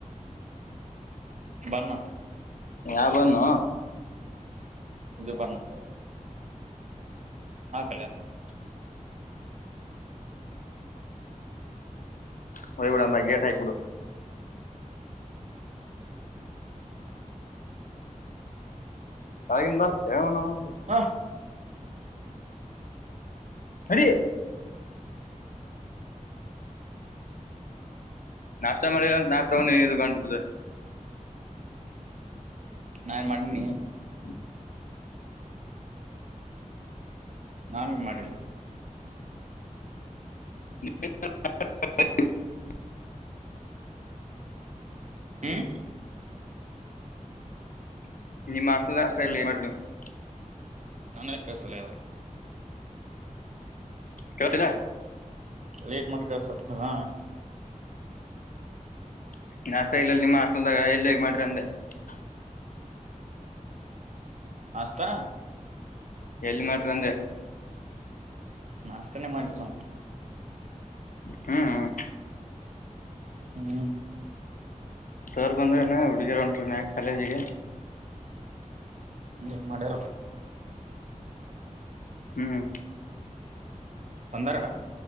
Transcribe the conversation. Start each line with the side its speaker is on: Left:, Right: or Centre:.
Right: ಬನ್.
Left: ಯಾವ ಬನ್ನೂ.
Right: ಇದು ಬನ್ನು. <unintelligible>
Left: ಹೋಗಿಬಿಡುಂ ಗೇಟ್ ಹಾಕಿ ಬಿಡು. <unintelligible>
Right: ಹ.
Left: ಅಡಿ ನಾಷ್ಟ ಮಾಡಿಂತ ನಾ ತಗೊಂಡಿ ಇದು ಗಂಟ ಬಿದ್ದದ.
Right: ನಾನ್ಏನ್ ಮಾಡಿನಿ.
Left: <unintelligible>
Right: ನಾ ಬೀ ಮಾಡಿಲ್ಲ.
Left: <inaudible>
Right: ಹ್ಮ್
Left: <unintelligible>
Right: ನನಗ ಕೆಲಸಲಗ್ಯದ.
Left: ಕ್ಕೆಳ್ತಿಲ.
Right: ಲೇಟ್ ಮಾಡಕ ಸ್ವಲ್ಪ ಹಾ.
Left: <unintelligible>
Right: ನಾಸ್ಟಾ,
Left: ಎಲ್ಲಿ ಮಾಡ್ರಂದ.
Right: ನಾಷ್ಟನೇ ಮಾಡಿಲ್ಲ ನಾವು.
Left: ಹ್ಮ್.
Right: ಹ್ಮ್.
Left: ಸರ್ ಬಂದ್ರೇನ ಹುಡ್ಗಿರ ಹೊಂಟ್ರನ್ಕ ಕಾಲೇಜಿಗಿ.
Right: ಏನ್ ಮಾಡ್ಯಾರೋ,
Left: ಹ್ಮ್.
Right: ಬಂದಾರ